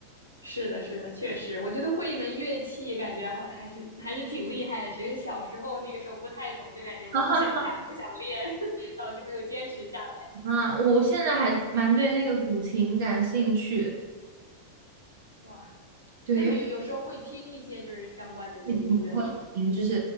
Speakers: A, on the right (about 90°); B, on the right (about 50°).
A: 是的，是的，确实，我觉得会一门乐器，感觉好还是还是挺厉害的。只是小时候那个时候不太懂，就感觉不想弹，
B: <laughs>
A: 不想练，<laughs> 导致没有坚持下来。
B: 啊，我我现在还蛮对那个古琴感兴趣，
A: 哇，
B: 对，
A: 那你有时候会听一些就是相关的一些音乐吗？
B: 因为我也挺会听，就是